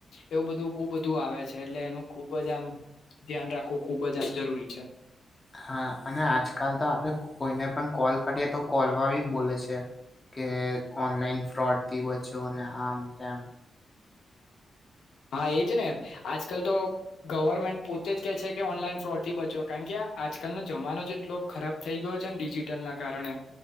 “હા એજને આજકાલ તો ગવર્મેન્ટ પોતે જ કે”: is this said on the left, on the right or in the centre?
Left